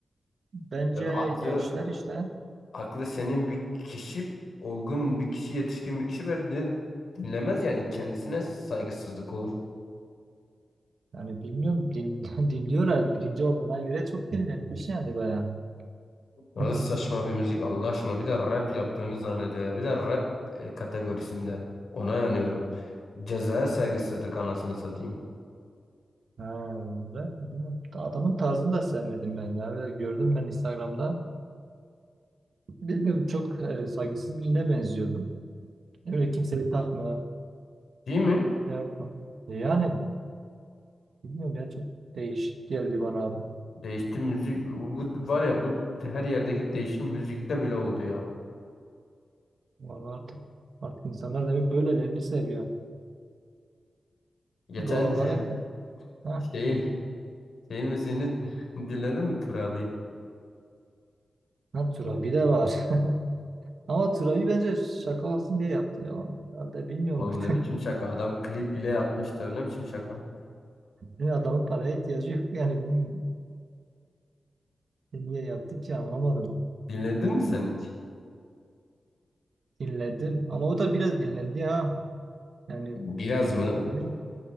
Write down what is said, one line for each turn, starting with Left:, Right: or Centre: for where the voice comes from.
Right: bence
Left: Ya bir aklı
Right: gençler işte
Left: aklı senin bir kişi, olgun bir kişi, yetişkin bir kişi bence dinlemez yani kendisine saygısızlık olur.
Right: yani bilmiyorum din, <laughs> dinliyorlar. Birinci olduğuna göre çok dinlenmiş yani baya.
Left: Nasıl
Right: <laughs>
Left: saçma bir müzik Allah aşkına bir de rap yaptığını zannediyor ya. Bir de rap e, kategorisinde. Ona yanıyorum. Cezaya saygısızlık anasını satayım.
Right: Ha, ve bilmiyorum, adamın tarzını da sevmedim ben ya. Ve Gördüm ben Instagram'da. Bilmiyorum çok e, saygısız birine benziyordum. Öyle kimseyi takma,
Left: Değil mi?
Right: şey yapma. E, Yani bilmiyorum ya çok değişik geldi bana abi.
Left: Değişti müzik. Bu var ya bu her yerdeki değişim müzikte bile oldu ya.
Right: Vallahi artık, artık insanlar demek böylelerini seviyor.
Left: Geçen
Right: Doğal olarak
Left: <laughs>
Right: ha,
Left: şeyi şeyin müziğini <laughs> dinledin mi Tur abi?
Right: ha Turabi de var. <laughs> Ama Turabi bence şaka olsun diye yaptı ya. onu. Herhalde bilmiyorum
Left: Oğlum
Right: artık.
Left: ne
Right: <laughs>
Left: biçim şaka. Adam klip bile yapmıştı. Ne biçim şaka.
Right: Yani Adamın paraya ihtiyacı yok yani. Bilmiyorum. Niye yaptı ki anlamadım.
Left: Dinledin mi sen hiç?
Right: Dinledim ama o da biraz dinlendi ha. Yani
Left: Biraz
Right: dinlemedi.
Left: mı?